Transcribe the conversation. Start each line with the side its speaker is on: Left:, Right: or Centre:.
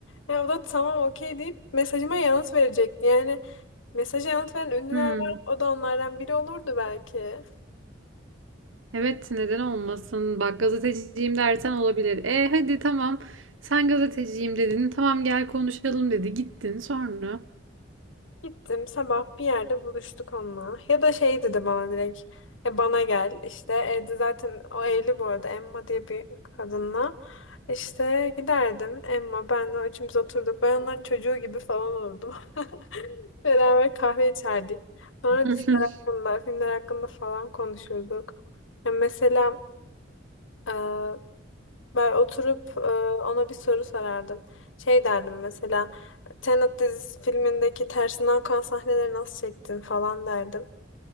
Left: Ya o da tamam okey deyip mesajıma yanıt verecekti. Yani mesaja yanıt veren ünlüler
Right: Hmm.
Left: var. O da onlardan biri olurdu belki.
Right: Evet neden olmasın? Bak gazeteciyim dersen olabilir. E hadi tamam. Sen gazeteciyim dedin. Tamam gel konuşalım dedi. Gittin sonra.
Left: Gittim sabah bir yerde buluştuk onunla. Ya da şey dedi bana direkt. E bana gel işte evde zaten o evli bu arada Emma diye bir kadınla. İşte giderdim Emma benle üçümüz oturduk. Ben onların çocuğu gibi falan olurdum. <laughs> Beraber kahve içerdik. Sonra
Right: <laughs>
Left: diziler hakkında, filmler hakkında falan konuşurduk. Ya mesela e, ben oturup e, ona bir soru sorardım. Şey derdim mesela Tenet dizisi filmindeki tersinden akan sahneleri nasıl çektin falan derdim.